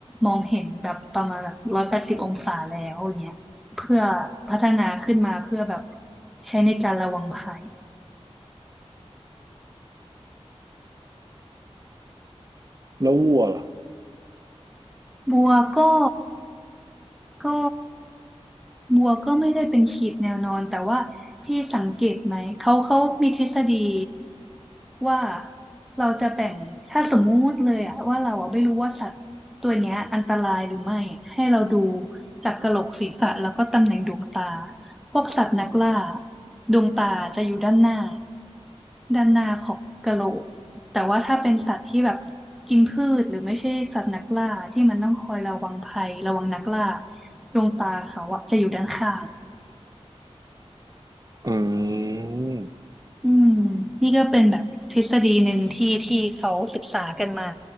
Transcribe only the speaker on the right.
แล้ววัวล่ะ
อืม